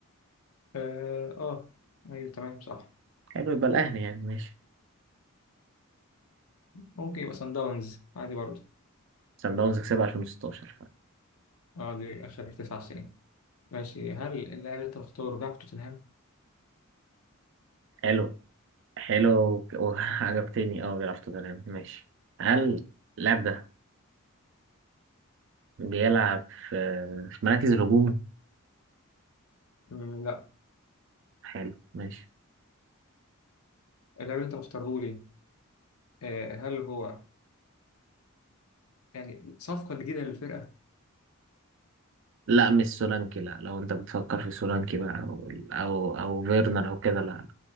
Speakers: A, on the left; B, on the right.
A: اه آه، ايوه تمام صح
B: حلو يبقى الاهلي يعني ماشي
A: ممكن يبقى سان داونز عادي برضه
B: سان داونز كسبها 2016
A: اه دي اخر تسع سنين ماشي هل اللاعب اللي انت مختاره بيلعب في توتنهام؟
B: حلو حلو وك- وعجبتني اه بيلعب في توتنهام ماشي هل اللاعب ده بيلعب في في مراكز الهجوم
A: مم، لا
B: حلو ماشي
A: اللاعب اللي انت مختاره لي آه هل هو يعني صفقة جديدة للفرقة
B: لا مش سولانكي لا لو انت بتفكر في سولانكي بقى او او, أو فيرنر او كده لا لا